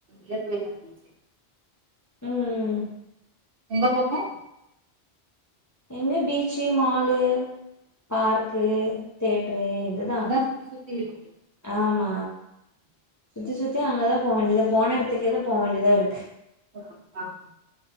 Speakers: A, on the right; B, on the left.
A: <inaudible> பீச்சு
B: ம்
A: உங்க பக்கம்
B: இங்க பீச்சு மாலு பார்க்கு தேட்ரு இதுதா
A: அதா சுத்தி சுத்தி இருக்கே
B: ஆமா சுத்தி சுத்தி அங்கதா போக வேண்டியது போன இடத்துக்கே தா போக வேண்டியதா இருக்கு
A: ஆ ஆ ஆ